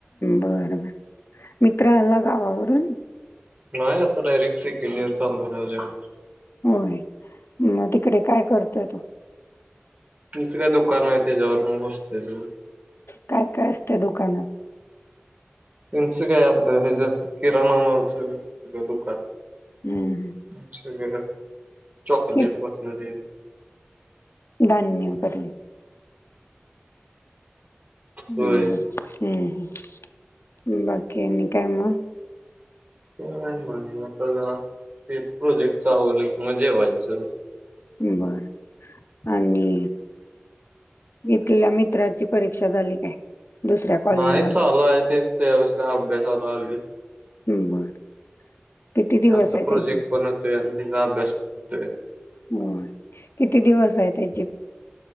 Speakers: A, on the left; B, on the right.
A: बर, बर, मित्र आला गावावरून.
B: नाही आता डायरेक्ट सेकंड इयर चालू झाल्यावर ऽऽ
A: होय म,, ग तिकडे काय करतोय तू
B: तुमचं काय दुकान आहे त्याच्यावर म बसतोय जाऊन
A: काय, काय असतय दुकानात.
B: त्यांचं काय आपलं हे जं, किराणा मालचं दुकान.
A: हम्म हम्म.
B: ग चॉकलेट
A: ठीक
B: पासनं तेऽऽ
A: धान्य पर्यंत.
B: होय
A: ह् हम्म ह, बाकी आनी काय मग.
B: काय नाय,, आता जरा ते प्रोजेक्ट च आवरलं की मग जेवायचं.
A: बर. आणि इथल्या मित्राची परीक्षा झाली काय? दुसऱ्या कॉलेजला
B: नाही चालू आहे, तेच ते अ अभ्यासाला आलुय.
A: हम् बर. किती
B: इथं
A: दिवस
B: आमचा
A: आहे
B: प्रोजेक्ट
A: त्याची
B: पण हुतोय आणि तिजा अभ्यास पण हुतोय.
A: होय, किती दिवस आहे त्याची